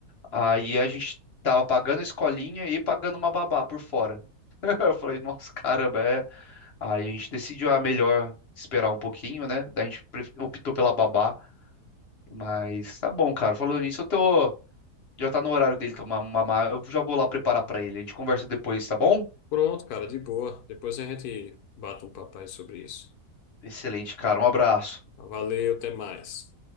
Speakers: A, on the left (about 45°); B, on the left (about 70°).
A: Aí a gente tava pagando a escolinha e pagando uma babá por fora. <laughs> Eu falei, nossa, caramba, é. Aí a gente decidiu, ah, melhor esperar um pouquinho, né? Daí A gente pref- optou pela babá, mas tá bom, cara. Falando nisso, eu tô. Já tá no horário dele tomar mamar, eu já vou lá preparar pra ele. A gente conversa depois, tá bom?
B: pronto, cara, de boa. Depois a gente bate um papai sobre isso.
A: Excelente, cara. Um abraço.
B: Valeu, até mais.